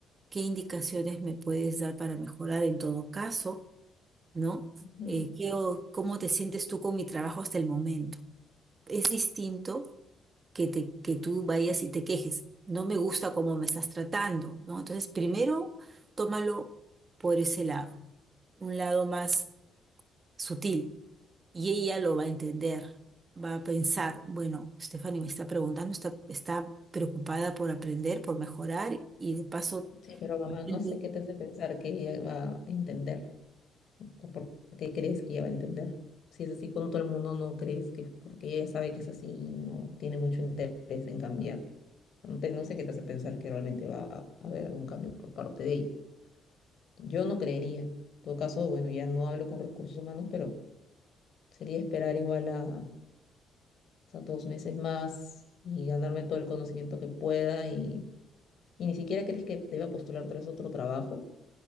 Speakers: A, on the right (about 25°); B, on the left (about 50°).
A: ¿Qué indicaciones me puedes dar para mejorar en todo caso? ¿No?
B: ujú.
A: Eh, ¿qué o- cómo te sientes tú con mi trabajo hasta el momento? Es distinto que, te, que tú vayas y te quejes. No me gusta cómo me estás tratando, ¿no? Entonces, primero, tómalo por ese lado, un lado más sutil, y ella lo va a entender, va a pensar, bueno, Stephanie me está preguntando, está, está preocupada por aprender, por mejorar, y de paso,
B: Sí, pero
A: <laughs>
B: mamá,
A: de repente,
B: no sé qué te hace pensar que ella va a entender. ¿O ¿Por qué crees que ella va a entender? Si es así con todo el mundo, no crees que es porque ella sabe que es así y no tiene mucho interés en cambiar. No te- no sé qué te hace pensar que realmente va a haber algún cambio por parte de ella. Yo no creería. En todo caso, bueno, ya no hablo con recursos humanos, pero sería esperar igual a, o sea, dos meses más y ganarme todo el conocimiento que pueda y Y ni siquiera crees que deba postular tal vez otro trabajo,